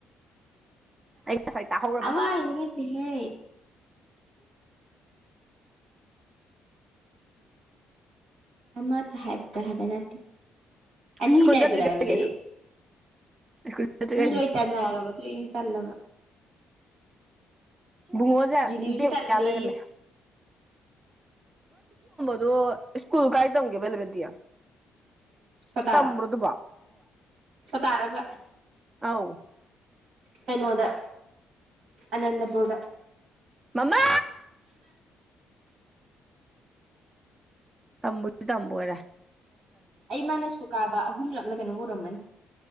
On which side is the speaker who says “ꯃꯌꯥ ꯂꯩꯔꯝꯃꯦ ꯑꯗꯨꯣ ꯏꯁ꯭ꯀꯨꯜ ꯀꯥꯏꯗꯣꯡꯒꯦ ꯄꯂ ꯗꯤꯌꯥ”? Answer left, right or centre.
Right